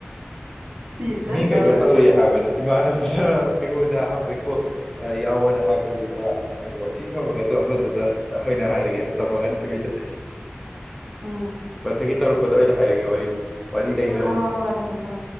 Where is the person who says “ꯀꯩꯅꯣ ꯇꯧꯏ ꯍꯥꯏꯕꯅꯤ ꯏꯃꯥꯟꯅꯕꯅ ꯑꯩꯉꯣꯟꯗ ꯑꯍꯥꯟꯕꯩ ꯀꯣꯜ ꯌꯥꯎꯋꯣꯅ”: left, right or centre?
Centre